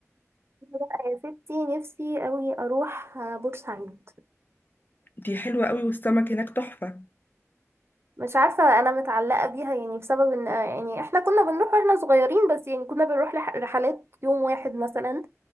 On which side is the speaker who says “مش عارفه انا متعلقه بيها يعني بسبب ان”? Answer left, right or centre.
Right